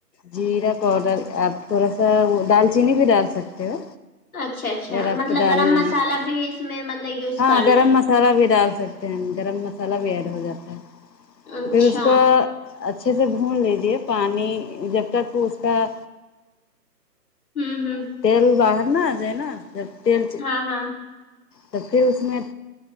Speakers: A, on the left; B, on the left.
A: جیرا پاؤڈر آپ تھوڑا سا وہ دالچینی بھی ڈال سکتے ہو
B: اچھا اچھا
A: اگر آپ
B: مطلب
A: کو ڈالنا
B: گرم مسالحہ
A: ہے تو
B: بھی اس میں مطلب یوز
A: ہاں
B: کرنا
A: گرم
B: ہے
A: مسالہ بھی ڈال سکتے ہیں گرم مسالہ بھی ایڈ ہو جاتا ہے
B: ہے اچھا
A: پھر اس کو اچھے سے بھون لیجیے پانی جب تک اس کا
B: ہوں ہوں
A: تیل باہر نا آ جائے نا جب تیل
B: ہاں ہاں
A: تو پھر اس میں